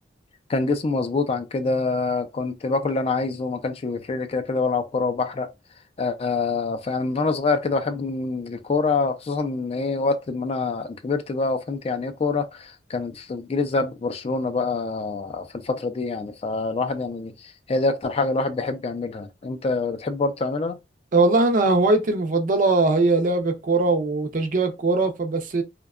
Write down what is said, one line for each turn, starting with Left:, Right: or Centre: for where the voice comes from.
Left: كان جسمي مظبوط عن كده كنت باكل اللي انا عايزه ما كانش بيفرق لي كده كده بلعب كوره وبحرق آه فيعني من وانا صغير كده بحب إن الكوره خصوصا ان ايه وقت ما انا كبرت بقى وفهمت يعني ايه كوره كانت في الجيل الذهبي برشلونه بقى في الفتره دي يعني فالواحد يعني هي دي اكتر حاجه الواحد بيحب يعملها انت بتحب برضه تعملها
Right: والله انا هوايتي المفضله هي لعب الكوره وتشجيع الكوره فبس